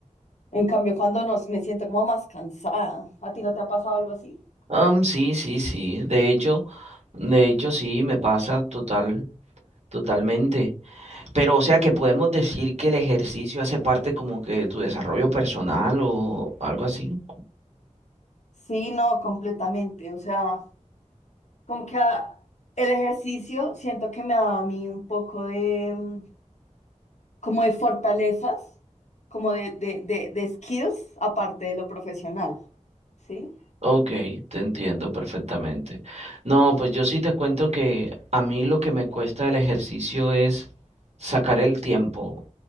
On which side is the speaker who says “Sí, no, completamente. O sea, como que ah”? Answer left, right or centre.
Left